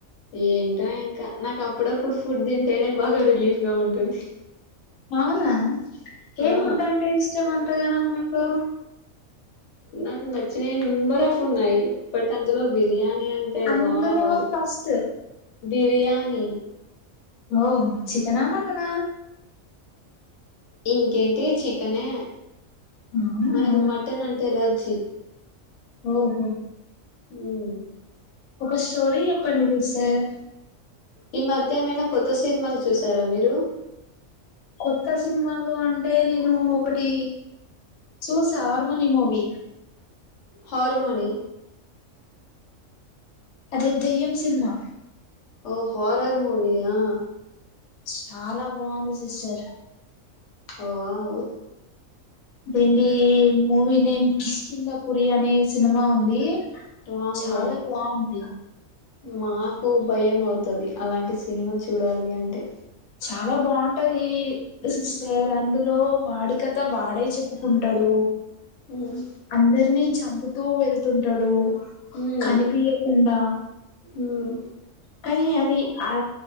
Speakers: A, on the left; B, on the left.
A: ఏంటో ఇంకా నాకప్పుడప్పుడు ఫుడ్ తింటేనే బాగా రిలీఫ్ గా ఉంటుంది.
B: అవునా, ఏ
A: ఆ
B: ఫుడ్ అంటే ఇష్టం అంతగనం మీకు?
A: నాకు నచ్చిన నెంబర్ ఆఫ్ ఉన్నాయి బట్ అందులో బిర్యానీ బిర్యానిఅంటే
B: అందులో
A: వావ్
B: ఫస్ట్
A: బిర్యానీ
B: ఓ చికెనా మటనా
A: ఇంకేంటి చికెనే
B: అవునా
A: మనకు మటన్ అంటే ఎలర్జీ
B: హహ
A: హ
B: ఒక స్టోరి ఏప్పడిది సార్
A: ఈ మధ్యమైనా కొత్త సినిమాలు చూసారా మీరు
B: కొత్త సినిమాలు అంటే నేను ఒకటి చూసా ఆర్మని మూవీ
A: హార్మోని
B: అదే దయ్యం సినిమా
A: ఓ హారర్ మూవీ ఆ
B: చాలా బాగుంది సిస్టర్
A: వావ్
B: దీని మూవీ నేమ్ కిస్కింద పరి అనే సినిమా ఉంది
A: వామ్మో
B: చాలా బాగుంది
A: మాకు భయం అవుతుది అలాంటి సినిమాలు చూడాలి అంటే
B: చాలా బాగుంటది సిస్టర్ అందులో వాడి కథ వాడే చెప్పుకుంటాడు
A: మ్మ్.
B: అందరినీ చంపుతూ వెళ్తుంటాడు
A: మ్మ్.
B: కనిపియకుండా
A: మ్మ్.
B: కానీ అది ఆ